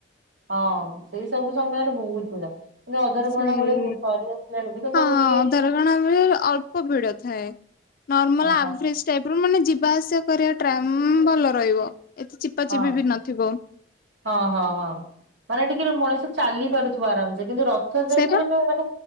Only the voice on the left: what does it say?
ସେଇ,
ହଁ
ଅଧରପଣା ବେଳେ ଅଳ୍ପ ଭିଡ ଥାଏ। ନର୍ମାଲ
ଆଭରେଜ୍ ଟାଇପ ର ମାନେ ଯିବା ଆସିବା କରିବା ଟ୍ରାମ ଭଲ ରହିବ। ଏତେ ଚିପା
ଚିପି ବି ନଥିବ।
ସେଇପା